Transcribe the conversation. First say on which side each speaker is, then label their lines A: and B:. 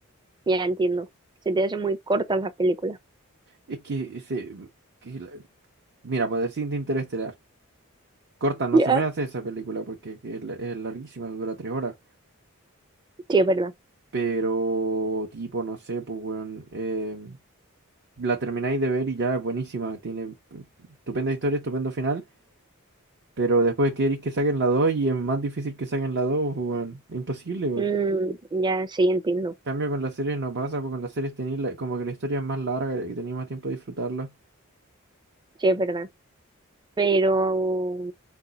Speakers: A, on the right; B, on the right.
A: ya entiendo. Se te hacen muy cortas las películas.
B: Es que ese... mm, que la- Mira, por decirte Interestelar. Corta, no
A: Ya.
B: se me hace esa película porque que es, la- es larguísima, dura tres horas.
A: Sí, es verdad.
B: Pero, tipo, no sé, pues, weón. eh, la termináis de ver y ya es buenísima. Tiene eh, estupenda historia, estupendo final. Pero después queréis que saquen la 2 y es más difícil que saquen la 2 pues, weón. Es Imposible, weón.
A: Mm,
B: En
A: ya, sí, entiendo.
B: cambio con las series no pasa, porque con las series tenéis la- como que la historia es más larga y tenéis más tiempo de disfrutarla.
A: Sí, es verdad. Pero,